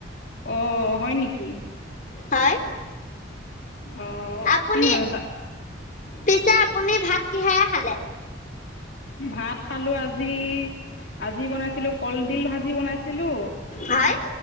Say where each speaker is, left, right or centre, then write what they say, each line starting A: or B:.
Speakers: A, on the left; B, on the left.
A: অ হয় নেকি?
B: হয়।
A: অহ
B: আপুনি
A: হা দা
B: পিছে আপুনি ভাত কিহেৰে খালে?
A: ভাত খালো আজি আজি বনাইছিলো কলডিল ভাজি বনাইছিলো।
B: হয়